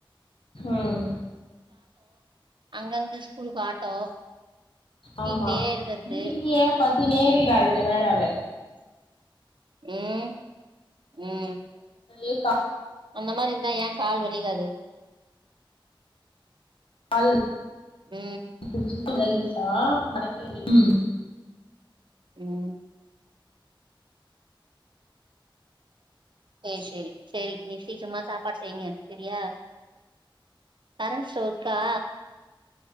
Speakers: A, on the left (about 85°); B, on the right (about 60°).
A: உம்
B: அங்க இருந்து ஸ்கூலுக்கு ஆட்டோ
A: ஆமா
B: வீட்லயே இருக்கறது
A: வீட்லயே பட் துனே இருக்கறா இதுல வேற அவ
B: உம் உம்
A: ஏக்கா
B: அந்த மாரி இருந்தா ஏன் கால் வலிக்காது
A: கால்
B: ம்
A: <inaudible> ஆ <unintelligible> ம்
B: உம் சேரி சேரி சேரி நீ சீக்கிரமா சாப்பாடு செய்யுங்க சரியா கரண்ட் ஸ்டவ் இருக்கா